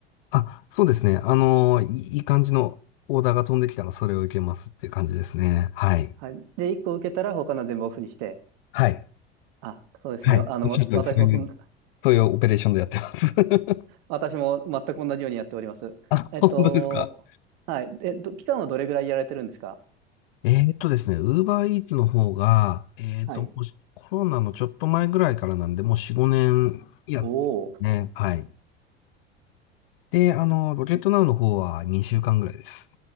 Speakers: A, on the left; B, on the right.
A: あ、そうですね。あの、いいい感じのオーダーが飛んできたらそれを受けますっていう感じですね。はい。
B: はい。で、1個受けたら他の全部オフにして。
A: はい。
B: あ、そうですね。
A: はい。
B: あの、
A: おっしゃる通り、
B: わ私もそん、
A: そういう、そういうオペレーションでやってます。<laughs>
B: 私も全く同じようにやっております。
A: あ、
B: えっと、
A: 本当ですか。
B: はい。え、ど、期間はどれぐらいやられてるんですか
A: えーっとですね、ウーバーイーツの方が、えーっと、
B: はい。
A: もうしコロナのちょっと前ぐらいからなんで、もう4、5年やってますね。
B: おお。
A: はい。で、あの、ロケットナウの方は2週間ぐらいです。